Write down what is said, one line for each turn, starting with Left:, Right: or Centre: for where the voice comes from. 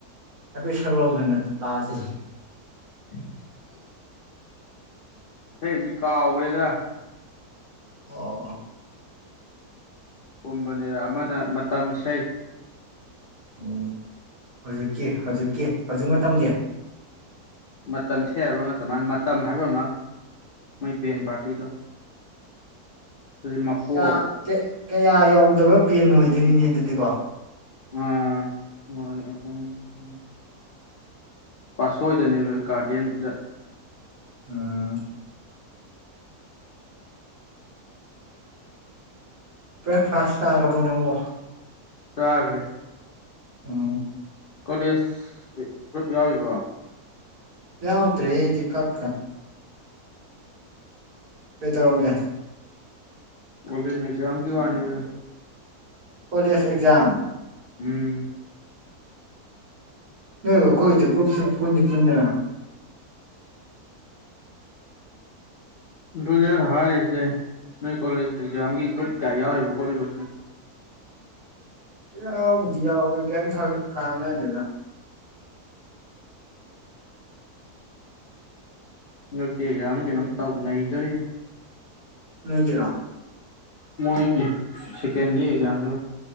Right: ꯍꯥꯏꯐꯦꯠ ꯁꯛꯂꯛꯎꯗꯅ ꯇꯥꯁꯦ
Left: <inaudible> ꯏꯁꯩ ꯃꯤ ꯀꯥꯥꯎꯒ꯭ꯔꯦꯗ
Right: ꯑꯣꯑꯣ
Left: ꯀꯨꯝꯕꯅꯦ ꯑꯃꯅ ꯃꯇꯝ ꯏꯁꯩ
Right: ꯎꯝ ꯍꯧꯖꯤꯛꯀꯤ ꯍꯧꯖꯤꯛꯀꯤ ꯍꯧꯖꯤꯛ ꯃꯇꯝꯒꯤ
Left: ꯃꯇꯝ ꯏꯁꯩ ꯍꯥꯏꯕ ꯅꯠꯇ ꯃꯥꯟꯅꯦ ꯃꯇꯝ ꯍꯥꯏꯕ ꯑꯣꯏꯔ ꯃꯥꯜꯂꯦ ꯃꯣꯏ ꯕꯦꯟ ꯄꯥꯔꯇꯤꯗꯣ ꯑꯗꯩ ꯃꯀꯣꯛ
Right: ꯆꯥ ꯀ ꯀꯌꯥ ꯌꯧꯗꯕ ꯕꯦꯟ ꯑꯣꯏꯗꯣꯏꯅꯤꯅꯦ ꯑꯗꯨꯗꯤ ꯀꯣ
Left: ꯑꯥꯥ ꯃꯥꯅꯤ ꯑꯍꯣꯡꯕ <unintelligible> ꯄꯥꯠꯁꯣꯏꯗꯅꯦꯕ ꯒꯥꯔꯗꯦꯟꯗ
Right: ꯎꯝ ꯕ꯭ꯔꯦꯛꯐꯥꯁ ꯆꯥꯔꯕꯣ ꯅꯪꯕꯣ
Left: ꯆꯥꯒ꯭ꯔꯦ
Right: ꯎꯝ
Left: ꯀꯣꯂꯦꯖ ꯒ꯭ꯔꯨꯞ ꯌꯥꯎꯔꯤꯕꯣ
Right: ꯌꯥꯎꯗ꯭ꯔꯦ ꯑꯩꯗꯤ ꯀꯛꯈꯔꯦ ꯀꯩꯗꯧꯔꯒꯦ
Left: ꯑꯣ ꯃꯤꯠ ꯑꯦꯛꯖꯥꯝꯒꯤ ꯋꯥꯅꯤꯗ
Right: ꯀꯣꯂꯦꯖ ꯑꯦꯛꯖꯥꯝ
Left: ꯎꯝ
Right: ꯅꯣꯏꯒ ꯑꯩꯈꯣꯏꯒꯗꯤ ꯒ꯭ꯔꯨꯞꯁꯨ ꯄꯨꯟꯗꯤ ꯄꯨꯟꯗꯅ
Left: ꯑꯗꯨꯅꯦ ꯑꯩꯅ ꯍꯥꯏꯔꯤꯖꯦ ꯅꯣꯏ ꯀꯣꯂꯦꯖ ꯑꯦꯛꯖꯥꯝꯒꯤ ꯒ꯭ꯔꯨꯞ ꯀꯌꯥ ꯌꯥꯎꯔꯤꯕ ꯈꯣꯠꯂꯤꯕ ꯁꯨꯝ
Right: ꯌꯥꯎꯕꯨꯗꯤ ꯌꯥꯎꯌꯦ ꯀꯩꯝ ꯊꯥ ꯀꯥꯅꯗꯦꯗ
Left: ꯍꯟꯗꯛꯇꯤ ꯑꯦꯛꯖꯥꯝꯗ ꯀꯩꯅꯣꯝ ꯇꯧ ꯅꯩꯗꯣꯔꯤ
Right: ꯅꯣꯏꯒꯤꯔꯣ
Left: ꯃꯣꯏꯒꯤ ꯁꯦꯀꯦꯟꯒꯤ ꯑꯦꯛꯖꯥꯝꯖꯨ
Right: ꯎꯝ